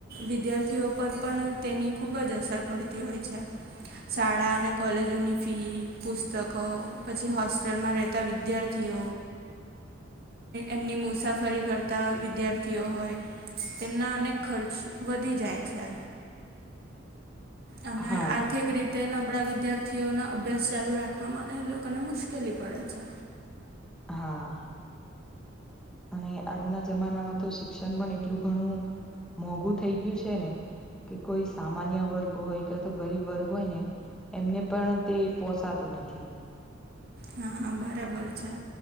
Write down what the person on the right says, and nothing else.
વિદ્યાર્થીઓ પર પણ તેની ખૂબ જ અસર પડી અ હોય છે શાળા અને કોલેજોની ફી પુસ્તકો પછી હોસ્ટેલમાં રહેતા વિદ્યાર્થી એમની મુસાફરી ફરી કરતાં વિદ્યાર્થીઓ હોય તેમના અનેક ખર્ચ વધી જાય છે અને
આર્થિક રીતે તે નબળા વિદ્યાર્થીઓના અભ્યાસ ચાલુ રાખવામાં એ લોકોને મુશ્કેલી પડે છે
હા હ બરાબર છે